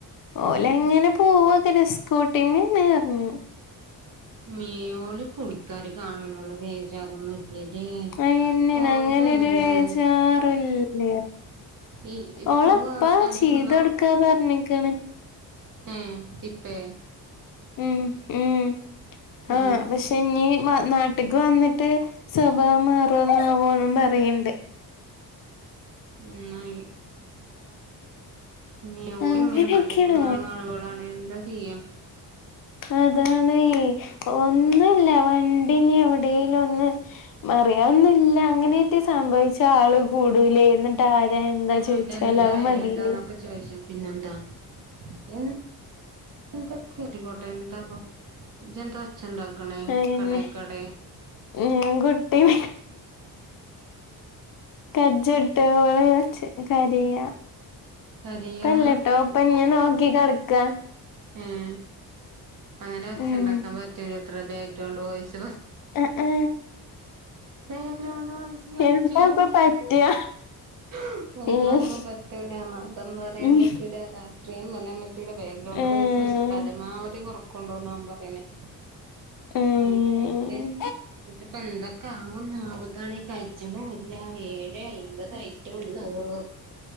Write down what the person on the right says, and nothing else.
ഉം
മീയോല് കുളിക്കാര് കാണന്നുള്ള ബേജാറന്നും ല്ല ലേ
ഓൽത്
എന്ത
ഇ ഇപ്പഴും
അന്റെമ്മ
ഏ ഇപ്പെ
ഏ
ഉംന്നായി മിയ ഓലുങ്ങനെ
കാട്ടിക്കൂട്ടണത് കാണുമ്പോളാണ് എന്താചെയ്യാ
അതെന്താ
ഏതാന്നൊക്കെ ചോദിച്ചു പിന്നെന്താ എൻ എന്തൊക്കെ റ്റിങ്കോട്ടെ എന്താപ്പം ഇജ് ന്താ ഒച്ചണ്ടാക്ക്‌ണെ
കടെ കടെ
കരയാണ്
ഉം അങ്ങനെ ഒച്ചണ്ടക്കപറ്റൂലത്ര
ബാഗ്രൗണ്ട് വോയിസ്
ബേഗ്രോണ്ട് വോയിസ് പറ്റൂലെ
!
!!!!!!!!!
കുട്ടിളെ ബാഗ്രൗണ്ടവോയിസസ്
പരമാവധി കൊറുക്കൊണ്ടന്നാ അവൻ പറയുന്നത്
അങ്ങനെക്കെ ന്നിട്ട് പ്പന്തക്കെ ആവുന്ന് ആവോ ഇതാണെ കജ്ജ്ണൂല്ല ഏയെ അയ്മ്പതായി ഒന്നോ ഓ